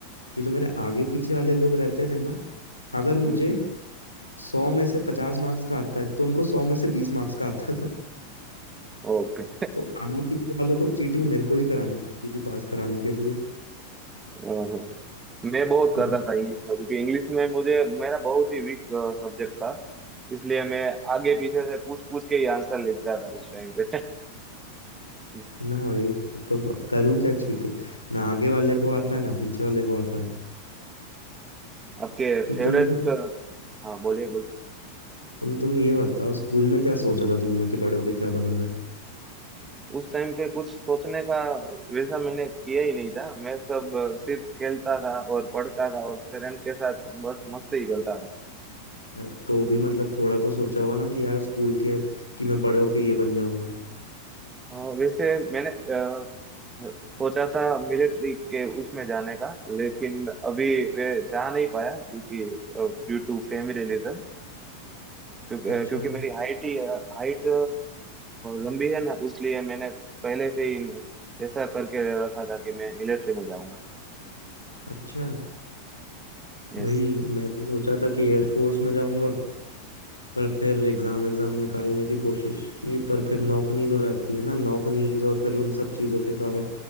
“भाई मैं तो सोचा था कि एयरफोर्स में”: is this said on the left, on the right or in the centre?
Left